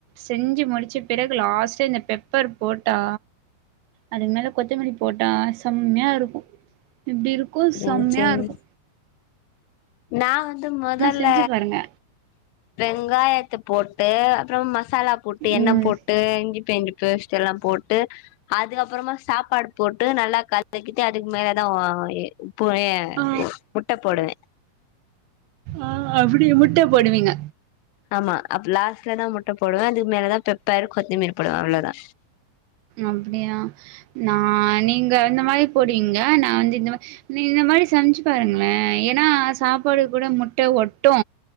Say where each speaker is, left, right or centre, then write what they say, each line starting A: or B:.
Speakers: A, on the right (about 85°); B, on the left (about 80°).
A: செஞ்சு முடிச்ச பிறகு லாஸ்ட்டு இந்த பெப்பர் போட்டா அது மேல கொத்தமல்லி போட்டா செம்மையா இருக்கு எப்டி இருக்கு செம்மயா
B: ம் சரிங்க
A: இருக்கு
B: நா வந்து மொதல்ல
A: செஞ்சு பாருங்க.
B: வெங்காய த்த போட்டு அப்றம் ம சாலா போட்டு எண்ண
A: ம்
B: போட்டு இஞ்சி பேஞ்சு பேஸ்ட்டெல்லா போட்டு அது அப்புறமா சாப்பாடு போட்டு நல்லா கலக்கிட்டு அதுக்கு மேலதா ஆ எ போ எ
A: ஆ
B: முட்ட போடுவே
A: ஆ அப்டி முட்ட போடுவீங்க
B: ஆமா அப்ப லாஸ்ட்லதா முட்ட போடுவே அது மேலதா பெப்பர் கொத்துமிரு போடுவே அவ்ளதா
A: அப்டியா நா நீங்க இந்த மாரி போடுவீங்க நா வந்து இந்த மா நீ இந்த மாரி செஞ்சு பாருங்ளே ஏனா சாப்பாடு கூட முட்ட ஒட்டு